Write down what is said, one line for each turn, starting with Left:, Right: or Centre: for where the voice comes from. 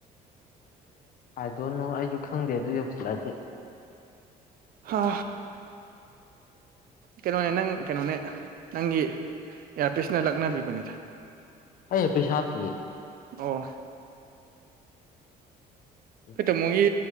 Left: ꯍꯥꯏꯗꯣꯏꯅꯨ ꯑꯩꯁꯨ ꯈꯪꯗꯦ ꯑꯗꯨ ꯌꯧꯁꯤꯜꯂꯛꯑꯗꯤ
Right: ꯍꯥ ꯀꯩꯅꯣꯅꯦ ꯅꯪ ꯀꯩꯅꯣꯅꯦ ꯅꯪꯒꯤ ꯏꯌꯥꯔꯄꯤꯁꯅ ꯂꯛꯅꯕꯤꯕꯅꯤꯗ
Left: ꯑꯩ ꯢꯌꯔꯄꯤꯁ ꯍꯥꯞꯇꯦꯌꯦ
Right: ꯑꯣ
Left: ꯑꯥ
Right: ꯑꯈꯣꯏ ꯇꯥꯃꯣꯒꯤ